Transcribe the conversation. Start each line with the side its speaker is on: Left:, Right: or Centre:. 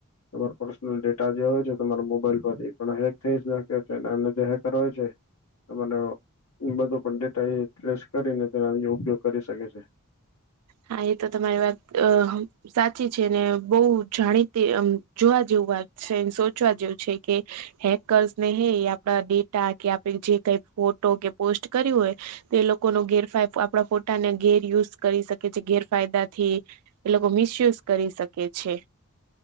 Left: તમારો પર્સનલ ડેટા જે હોય છે, તમારા મોબાઈલ માંથી પણ હેગ તેજ લડકે છે અને તે હેગ કરાવે છે એ મન, ઈ બધું પંડિતાઈ ટ્રેસ કરીને, તેનો ઉપયોગ કરી શકે છે
Right: હા, ઈ તો તમારી વાત અ સાચી છે, ને બહુ જાણીતી, એમ જોવા જેવું છે, સોચવા જેવું છે કે હેકર્સને એ હે, એ આપણા ડેટા કે આપણે જે કઈ ફોટો કે પોસ્ટ કર્યું હોય તો એ લોકોનો ગેરફાય- આપણા ફોટાને ગેર યુઝ કરી શકે છે, ગેરફાયદાથી એ લોકો મિસયુઝ કરી શકે છે